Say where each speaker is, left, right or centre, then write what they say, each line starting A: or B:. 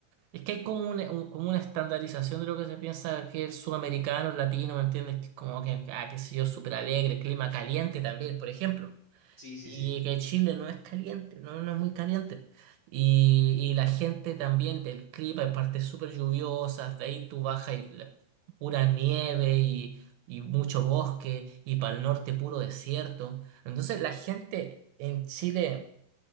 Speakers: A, on the right; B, on the left.
A: Es que hay como una, un- como una estandarización de lo que se piensa que el sudamericano, el latino, ¿me entiendes? Que es como que, ah, qué sé yo, súper alegre, clima caliente también, por ejemplo.
B: Sí, sí,
A: Y
B: sí.
A: que Chile no es caliente, no, no es muy caliente. Y, y la gente también, el clima, hay partes súper lluviosas, de ahí tú bajas y la- pura nieve y, y mucho bosque, y para el norte puro desierto. Entonces la gente en Chile